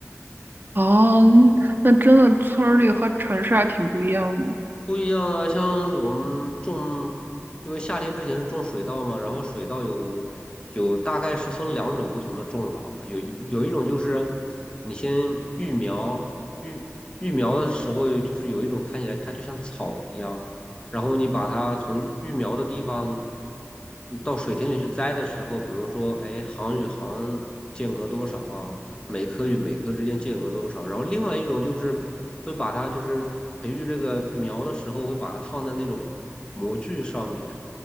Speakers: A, on the right; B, on the left.
A: 哦，那真的村儿里和城市还挺不一样的。
B: 不一样啊，像我们种，因为夏天之前是种水稻嘛，然后水稻有有大概是分两种不同的种法吧，有一有一种就是你先育苗，育育苗的时候就是有一种看起来它就像草一样，然后你把它从育育苗的地方到水田里去栽的时候，比如说哎行与行间隔多少，每棵与每棵之间间隔多少。然后另外一种就是会把它就是培育这个苗的时候，会把它放在那种模具上面，